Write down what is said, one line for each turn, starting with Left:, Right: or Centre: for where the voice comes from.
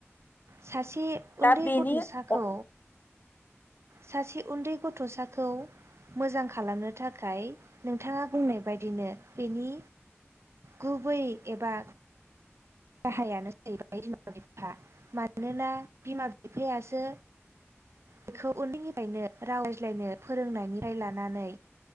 Right: सासे
Left: दा
Right: उन्दै
Left: बेनि
Right: गथ'साखौ
Left: अ
Right: सासे उन्दै गथ'साखौ मोजां खालामनो थाखाय नोंथाङा बुंनाय बायदिनो बेनि गुबै एबा गाहायानो जाहैबाय बिमा बिफा मानोना बिमा बिफायासो बेखौ उन्दैनिफ्रायनो राव रायज्लायनो फोरोंनायनिफ्राय लानानै